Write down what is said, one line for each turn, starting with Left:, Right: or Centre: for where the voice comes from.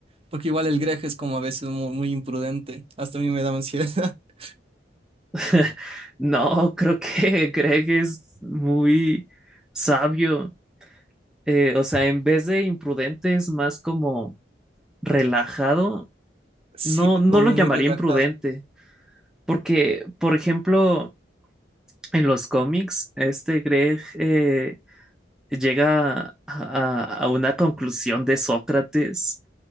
Right: porque igual el Greg es como a veces muy muy imprudente, hasta a mí me da ansiedad. <laughs>
Centre: <laughs> No, creo que <laughs> Greg es muy sabio. Eh, o sea, en vez de imprudente, es más como relajado.
Right: sí,
Centre: No, no
Right: como
Centre: lo llamaría
Right: muy relajado.
Centre: imprudente. Porque, por ejemplo, En los cómics, este Greg eh, llega a, a- una conclusión de Sócrates,